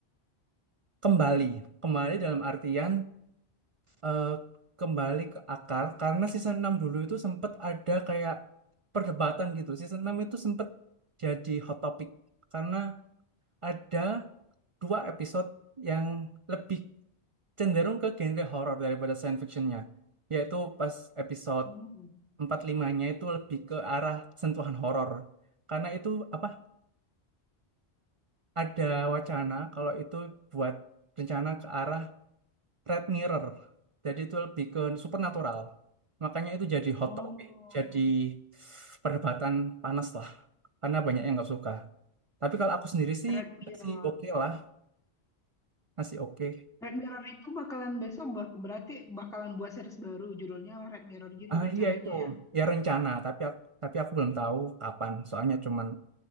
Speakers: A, on the right; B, in the centre.
A: kembali. Kembali dalam artian eh, kembali ke akar karena season 6 dulu itu sempat ada kayak perdebatan gitu. Season 6 itu sempat jadi hot topic karena ada dua episode yang lebih cenderung ke genre horor daripada science fictionnya yaitu pas episode
B: hmm.
A: 45-nya itu lebih ke arah sentuhan horor karena itu apa ada wacana kalau itu buat rencana ke arah Red Mirror jadi itu lebih ke supernatural makanya itu jadi hot
B: Oh,
A: topic jadi perdebatan panas lah karena banyak yang nggak suka tapi kalau aku sendiri sih
B: Red Mirror.
A: sih oke lah Masih oke.
B: Red Mirror itu bakalan besok bak- berarti bakalan buat series baru judulnya Red Mirror gitu
A: Ah
B: rencananya
A: iya itu
B: ya.
A: ya rencana, tapi aku, tapi aku belum tahu kapan. Soalnya cuman